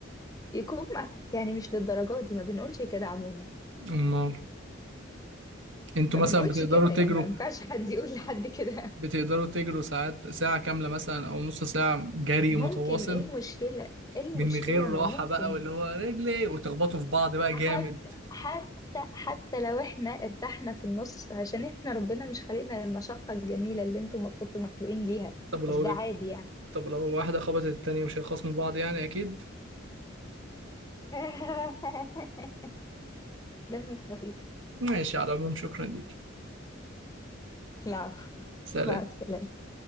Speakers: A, on the left (about 20°); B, on the right (about 70°).
A: يكون ما- يعني مش للدرجة دي ما بنقولش كده عموما
B: امال انتوا
A: ما بنقولش
B: مثلا بتقدروا
A: كده
B: تجروا
A: يعني ما ينفعش حد يقول لحد كده
B: بتقدروا تجروا ساعات ساعة كاملة مثلا او نص ساعة جري
A: ممكن
B: متواصل
A: ايه المشكلة ايه المشكلة
B: من غير راحة
A: ما ممكن
B: بقى واللي هو رجلي وتخبطوا في بعض بقى
A: حتى
B: جامد
A: حتى حتى لو احنا ارتحنا في النص عشان احنا ربنا مش خلقنا للمشقة الجميلة اللي انتم المفروض مخلوقين ليها
B: طب ولو
A: بس ده
B: رجل
A: عادي يعني
B: طب لو واحدة خبطت التانية مش هيخصموا بعض يعني اكيد
A: <laughs> دمك خفيف
B: ماشي على العموم شكرا ليك
A: لا عفو.
B: سلام
A: مع السلامة